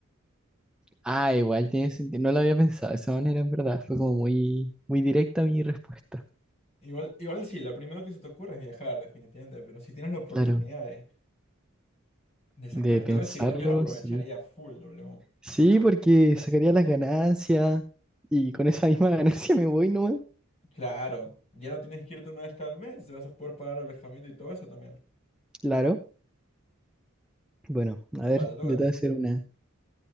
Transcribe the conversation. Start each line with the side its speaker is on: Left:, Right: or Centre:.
Centre: Ah, igual tiene sentido. No lo había pensado de esa manera, en verdad. Fue como muy, muy directa mi respuesta.
Left: Igual, igual sí, lo primero que se te ocurre es viajar, definitivamente, pero si tienes la oportunidad
Centre: Claro.
Left: de, de sacar
Centre: De pensarlo,
Left: todo eso, igual yo lo aprovecharía
Centre: sí.
Left: full, W.
Centre: Sí, porque sacaría las ganancias y con esa misma <laughs> ganancia me voy nomás.
Left: Claro, ya no tienes que irte una vez cada mes, te vas a poder pagar alojamiento y todo eso también.
Centre: Claro. Bueno, a
Left: Vale,
Centre: ver,
Left: toca
Centre: yo
Left: a ti.
Centre: te voy a hacer una.